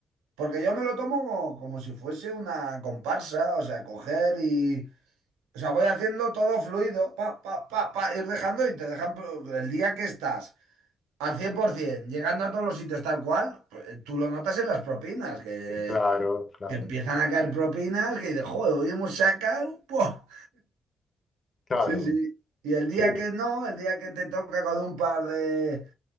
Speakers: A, on the right; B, on the left.
A: porque yo me lo tomo como, como si fuese una comparsa, o sea, coger y... O sea, voy haciendo todo fluido, pa, pa, pa, pa, ir dejando y te dejan pues, el día que estás al 100%, llegando a todos los sitios tal cual, pues, eh, tú lo notas en las propinas, que,
B: claro, claro,
A: que empiezan a caer propinas, que dices, joder, hoy hemos sacado. ¡buah!
B: claro,
A: Sí, sí. Y el
B: sí,
A: día que no, el día que te toca con un par de,